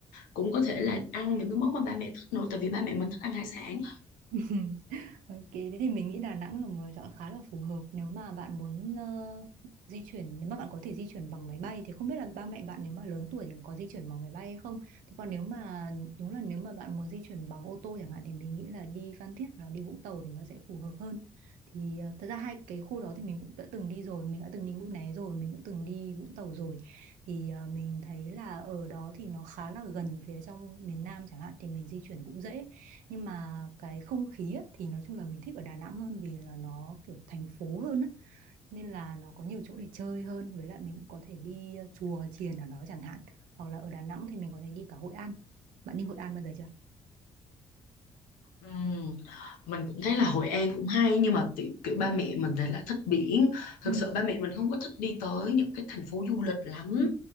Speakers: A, on the left; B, on the right.
A: cũng có thể là ăn những cái món mà ba mẹ thích nữa tại vì ba mẹ mình thích ăn hải sản
B: <laughs> Ok, thế thì mình nghĩ Đà Nẵng là một lựa chọn khá là phù hợp nếu mà bạn muốn ờ, di chuyển, nếu mà bạn có thể di chuyển bằng máy bay thì không biết là ba mẹ bạn nếu mà lớn tuổi thì có di chuyển bằng máy bay hay không. Thế còn nếu mà đúng là nếu mà bạn muốn di chuyển bằng ô tô chẳng hạn thì mình nghĩ là đi Phan Thiết hoặc là đi Vũng Tàu thì nó sẽ phù hợp hơn. Thì ờ, thật ra hai cái khu đó thì mình cũng đã từng đi rồi, mình đã từng đi Mũi Né rồi, mình cũng từng đi Vũng Tàu rồi. Thì ờ, mình thấy là ở đó thì nó khá là gần phía trong miền Nam chẳng hạn thì mình di chuyển cũng dễ nhưng mà cái không khí á, thì nói chung là mình thích ở Đà Nẵng hơn vì là nó kiểu thành phố hơn á. nên là nó có nhiều chỗ để chơi hơn với lại mình cũng có thể đi ờ, chùa chiền ở đó chẳng hạn hoặc là ở Đà Nẵng thì mình có thể đi cả Hội An bạn đi Hội An bao giờ chưa
A: Ừm, Mình cũng thấy là Hội An cũng hay nhưng mà kiểu, kiểu ba mẹ mình thì lại thích biển thực
B: ừ
A: sự ba mẹ mình không có thích đi tới những cái thành phố du lịch lắm
B: ừ